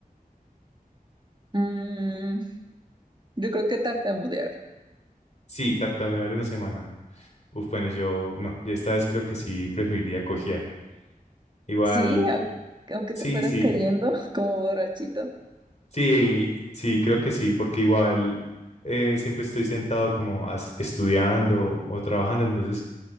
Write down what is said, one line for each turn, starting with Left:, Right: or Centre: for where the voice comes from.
Right: Mm, yo creo que tartamudear.
Left: Sí, tartamudear una semana. Uf, bueno, yo no, yo esta vez creo que sí preferiría cojear. Igual,
Right: Sí, au- aunque
Left: sí,
Right: te fueras
Left: sí,
Right: cayendo <laughs> como borrachito.
Left: sí, sí, creo que sí, porque igual eh, siempre estoy sentado como as- estudiando o trabajando, entonces